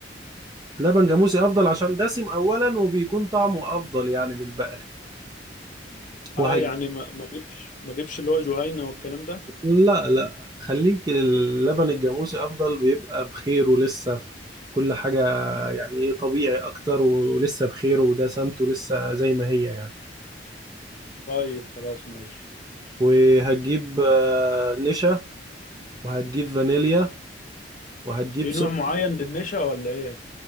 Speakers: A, on the right; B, on the left.
A: لبن جاموسي افضل عشان دسم اولا وبيكون طعمه افضل يعني من البقري وهي
B: اه يعني ما ما جبش ما جبش اللي هو جهينة والكلام ده
A: لا لا خليك اللبن الجاموسي افضل بيبقى بخير ولسه في كل حاجة يعني ايه طبيعي اكتر ولسه بخير وده سمته لسه زي ما هي يعني
B: طيب خلاص ماشي
A: وهتجيب آه، نشا وهتجيب فانيليا وهتجيب
B: في نوع
A: سكر
B: معين للنشا ولا ايه